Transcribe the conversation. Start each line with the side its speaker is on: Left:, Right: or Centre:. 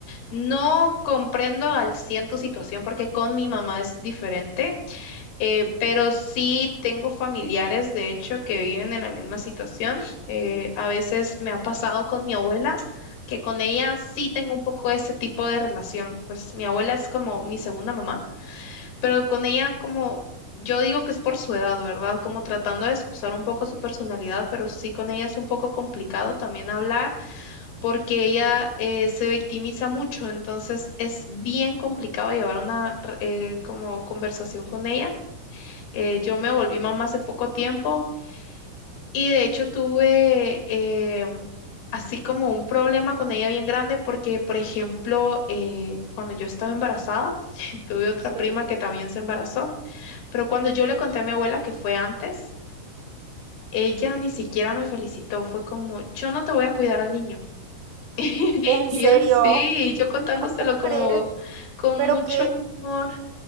Left: No comprendo al 100 tu situación porque con mi mamá es diferente, eh, pero sí tengo familiares, de hecho, que viven en la misma situación. Eh, a veces me ha pasado con mi abuela, que con ella sí tengo un poco ese tipo de relación. Pues mi abuela es como mi segunda mamá, pero con ella como... Yo digo que es por su edad, ¿verdad? Como tratando de excusar un poco su personalidad, pero sí con ella es un poco complicado también hablar porque ella eh, se victimiza mucho, entonces es bien complicado llevar una eh, como conversación con ella. Eh, yo me volví mamá hace poco tiempo y de hecho tuve eh, así como un problema con ella bien grande porque, por ejemplo, eh, cuando yo estaba embarazada, <laughs> tuve otra
Right: Sí.
Left: prima que también se embarazó, pero cuando yo le conté a mi abuela que fue antes, ella ni siquiera me felicitó, fue como, yo no te voy a cuidar al niño. <laughs>
Right: en
Left: Y
Right: serio,
Left: él sí, y yo contándoselo
Right: no puedo
Left: como
Right: creer,
Left: con
Right: pero
Left: mucho
Right: que
Left: amor.